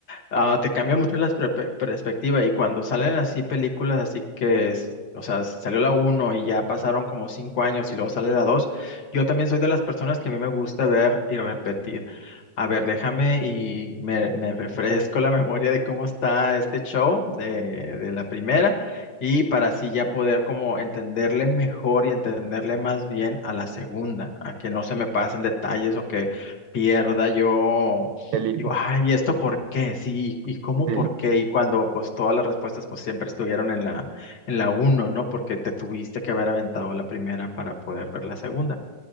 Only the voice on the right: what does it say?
el hilo.
Sí,